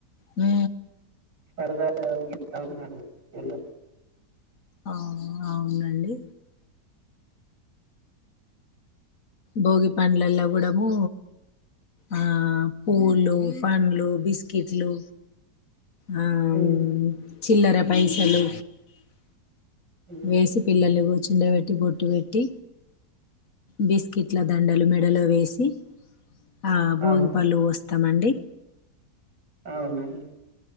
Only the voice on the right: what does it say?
సరదాగా గీత్తా ఉన్నారు పిల్లలు.
ఉమ్
ఉమ్
అవును
అవ్నండి